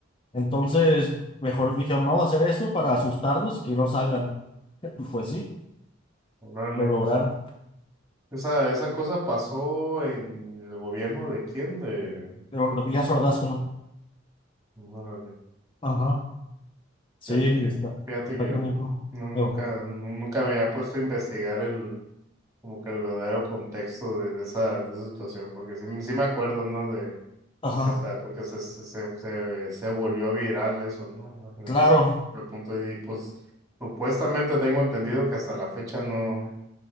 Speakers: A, on the left (about 25°); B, on the right (about 15°).
A: Entonces, mejor dijeron, vamos a hacer esto para asustarlos, que no salgan. <laughs> Pues sí.
B: órale.
A: lo lograron.
B: Esa, esa cosa pasó en el gobierno de quién, de...
A: De Díaz Ordaz, creo.
B: Órale,
A: Ajá, sí,
B: fíjate
A: está,
B: que, fíjate
A: está
B: que
A: canijo.
B: no,
A: Pero,
B: nunca, nu- nunca me había puesto a investigar el, como que el verdadero contexto de, de esa, de esa situación, porque sí, sí me acuerdo, ¿no? De,
A: Ajá,
B: porque hasta, porque se, se, se, se- se volvió viral eso, ¿no?
A: claro.
B: Es- de punto y pues supuestamente tengo entendido que hasta la fecha no,